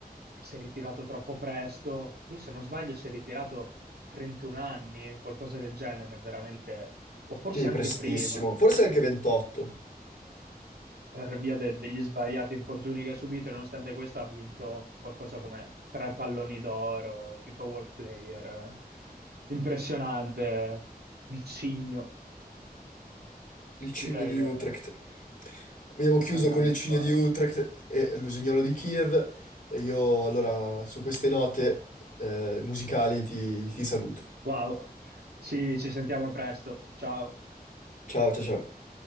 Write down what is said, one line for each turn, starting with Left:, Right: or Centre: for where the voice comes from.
Right: e si è ritirato troppo presto. Lui, se non sbaglio, si è ritirato a 31 anni, qualcosa del genere, veramente, o forse
Left: Sì,
Right: anche
Left: prestissimo.
Right: prima,
Left: Forse anche 28.
Right: per via de- degli svariati infortuni che ha subito, e nonostante questo ha vinto qualcosa come tre palloni d'oro, FIFA World Player. Impressionante, il cigno,
Left: Il cigno
Right: direi
Left: di
Right: che
Left: Utrecht.
Right: è
Left: Abbiamo chiuso
Right: una grande
Left: con il cigno
Right: squadra.
Left: di Utrecht e l'usignolo di Kiev. E io allora su queste note eh, musicali ti ti saluto.
Right: Wow, ci ci sentiamo presto. Ciao.
Left: Ciao, ciao, ciao.